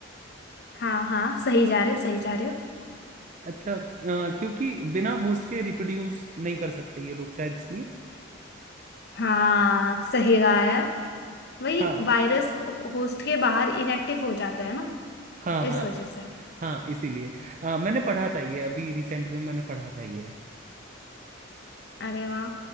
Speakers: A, on the left; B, on the right.
A: हाँ हाँ सही जा रहे हो सही जा रहे हो
B: अच्छा अ, क्योंकि बिना होस्ट के रिप्रोड्यूस नहीं कर सकते ये लोग शायद इसलिए
A: हाँ सही कहा यार वही
B: हाँ
A: वायरस हो, होस्ट के बाहर इनएक्टिव हो जाता है ना
B: हाँ हाँ
A: इस वजह से
B: हाँ इसीलिए अ, मैंने पढ़ा था ये अभी रिसेंट में मैंने पढ़ा था ये
A: अरे वाह